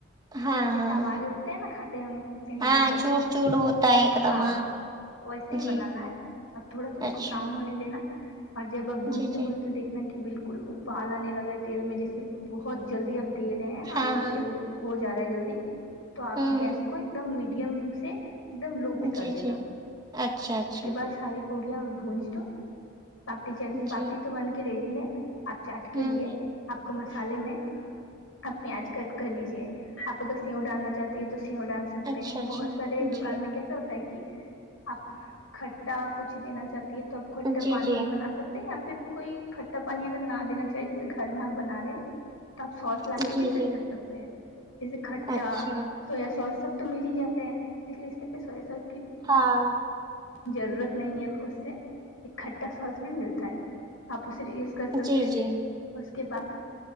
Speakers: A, on the right; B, on the left.
A: ہاں
B: جیسے
A: ہاں
B: آواز اٹھتے ہیں نا کھاتے ہے ہم کہیں
A: ہاں
B: باہر
A: چوور
B: میں
A: چوور ہوتا ہے ایک دم
B: ہاں ویسے ہی بنانا
A: جی
B: ہے اب تھوڑا سا اس
A: اچھا
B: کو براؤن ہونے دینا اور جب اب بھنتے
A: جی جی
B: بھنتے دیکھنا کہ بالکل ابال آنے لگا ہے تیل میں جیسے بہت جلدی آپ دے رہے ہیں اور
A: ہاں
B: وہ
A: ہاں
B: تیل ہو جا رہا ہے جلدی تو آپ
A: ہوں
B: گیس کو ایک دم میڈیم سے ایک دم لو
A: ہوں
B: پہ کر
A: جی
B: دینا
A: جی اچھا اچھا
B: اس کے بعد ساری پوڑیاں اور بھونج لو پاپٹی پاپٹیی
A: جی
B: تو بن کے ریڈی ہے آپ چاٹ کے
A: ہوں
B: لیے آپ کو مسالے میں آپ پیاز کٹ کر لیجیے آپ اگر سیو ڈالنا چاہتی ہے تو سیو ڈال سکتے
A: اچھا
B: ہیں
A: اچھا
B: بہت سارے
A: جی
B: دکان میں کیسے ہوتا ہے کہ آپ کھٹا کچھ دینا چاہتی ہے تو آپ کھٹا
A: جی
B: پانی بھی بنا سکتے ہیں یا پھر کوئی کھٹا پانی اگر نہ دینا چاہیے جیسے گھر میں آپ بنا رہے ہیں نا آپ سوس
A: جی
B: لا کے بھی
A: جی
B: ٹرائی
A: جی
B: کر سکتے ہیں جیسے کھٹا
A: اچھا
B: سویا سوس سب تو مل ہی جاتے ہیں لیکن اس میں سویا سوس کی
A: ہاں
B: ضرورت نہیں ہے اس سے ایک کھٹا سوس بھی ملتا ہے آپ اسے یوز کر سکتے
A: جی
B: ہیں
A: جی
B: اور اس کے بعد